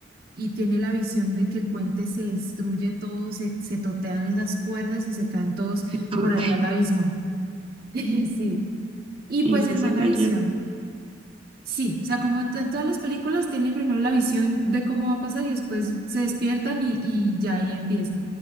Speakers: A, on the right (about 55°); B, on the right (about 30°).
A: y tiene la visión de que el puente se destruye todo, se, se totean esas cuerdas y se caen todos
B: qué tote.
A: por allá al abismo. <laughs> Sí. Y
B: ¿Y
A: pues
B: si
A: el
B: se
A: man
B: cayeron?
A: la visión. Sí, o sea, como to- todas las películas tienen primero la visión de cómo va a pasar y después se despiertan y, y ya, ya empieza.